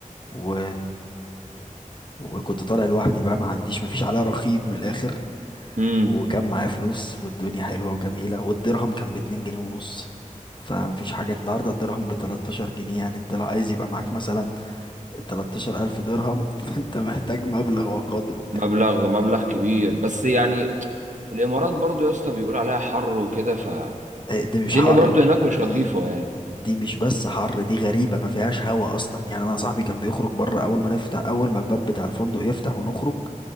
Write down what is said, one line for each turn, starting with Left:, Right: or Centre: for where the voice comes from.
Left: و وكنت طالع لوحدي بقى ما عنديش ما فيش عليا رقيب من الاخر
Right: امم
Left: وكان معايا فلوس والدنيا حلوة وجميلة والدرهم كان باتنين جنيه ونص فمفيش حاجة النهاردة الدرهم بتلاتاشر جنيه يعني انت لو عايز يبقى معاك مثلا تلاتاشر ألف درهم <laughs> فانت محتاج مبلغ وقدره
Right: مبلغ مبلغ كبير بس يعني الامارات برضو يا اسطى بيقول عليها حر وكده فالدنيا
Left: إيه ده مش حر
Right: برضو هناك مش
Left: دي
Right: لطيفه يعني
Left: دي مش بس حر دي غريبة ما فيهاش هوا أصلا يعني أنا صاحبي كان بيخرج بره أول ما نفتح أول ما الباب بتاع الفندق يفتح ونخرج